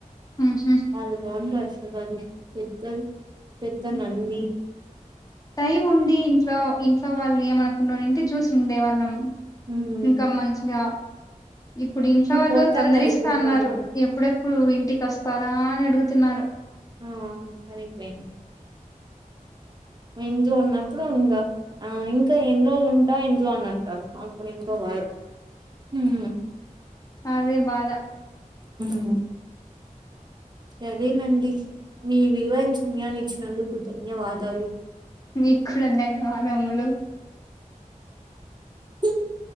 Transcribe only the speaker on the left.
ఉహు
టైమ్ ఉండి ఇంట్లో ఇంట్లో వాళ్లేమనకుండా ఉంనింటే చూసిండే వాళ్ళం
ఇంకా మంచిగా ఇప్పుడు ఇంట్లో వాళ్ళు
తొందరిస్తాన్నారు
ఎప్పుడెప్పుడు ఇంటికోస్తారా అని అడుగు తున్నారు
అదే బాధ
మీ కూడా ధన్యవాదములు